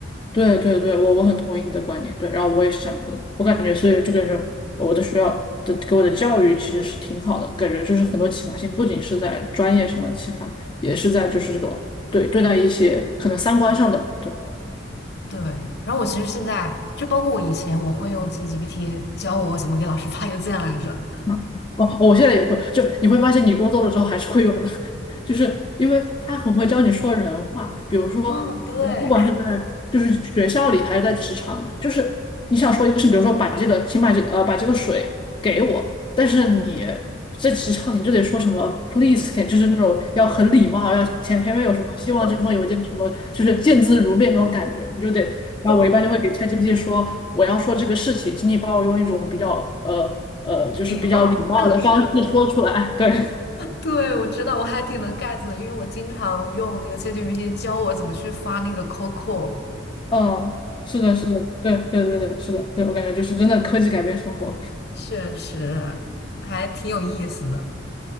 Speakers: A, on the left; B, on the left.
A: 对对对，我我很同意你的观点，对，然后我也是这样觉得，我感觉所以就感觉我的学校的给我的教育其实是挺好的，感觉就是很多启发性，不仅是在专业上的启发，也是在就是这种对对待一些可能三观上的吧，对。
B: 对。然后我其实现在就包括我以前，我会用 ChatGPT 教我怎么给老师发邮件来着。
A: <laughs> 哦，哦我现在也会，就你会发现你工作了之后还是会有的，<laughs> 就是因为他很会教你说人话，比如说，
B: 嗯，对，
A: 你知道不管是在就是学校里还是在职场嘛，就是你想说一个事，比如说把这个，请把这呃把这个水给我，但是你在职场你就得说什么 please can，就是那种要很礼貌，要前前面有什么希望这封邮件什么，
B: <laughs> 我
A: 就是见字如面那种感觉，你就得然后我一般就会给
B: 懂，
A: ChatGPT 说，我要说这个事情，请你帮我用一种比较呃呃，就是比较礼貌的方式说出来。
B: 礼貌正式。
A: 对，
B: 对，我知道，我还挺能 get 的，因为我经常用那个 ChatGPT 教我怎么去发那个 COCO，
A: 嗯，是的，是的，对对对对，是的，对我感觉就是真的科技改变生活。
B: 确实还挺有意思的。